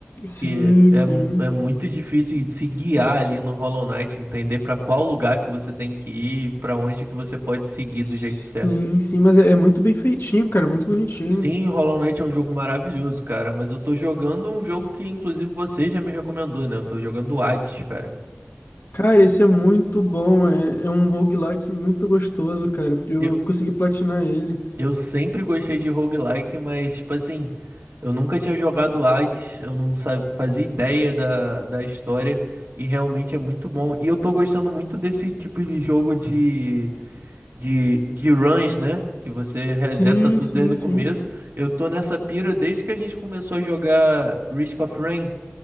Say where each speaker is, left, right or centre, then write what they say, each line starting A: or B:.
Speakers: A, on the left; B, on the right.
A: Sim,
B: que é,
A: sim.
B: mu- é muito difícil de se guiar ali no Hollow Knight, entender para qual lugar que você tem que ir, para onde que você pode seguir
A: Sim,
B: do jeito certo.
A: sim, mas é, é muito bem feitinho, cara, muito bonitinho.
B: Sim, Hollow Knight é um jogo maravilhoso, cara, mas eu tô jogando um jogo que inclusive você já me recomendou, né? Eu tô jogando Hades, cara.
A: Cara, esse é muito bom, é, é um roguelike muito gostoso, cara, porque eu,
B: Eu,
A: eu consegui platinar ele.
B: eu sempre gostei de roguelike, mas tipo assim, eu nunca tinha jogado Hades, eu não sa- fazia ideia da, da história e realmente é muito bom. E eu tô gostando muito desse tipo de jogo de de, de runs, né? Que você reseta
A: Sim,
B: tudo
A: sim,
B: desde o
A: sim.
B: começo. Eu tô nessa pira desde que a gente começou a jogar Risk of Rain,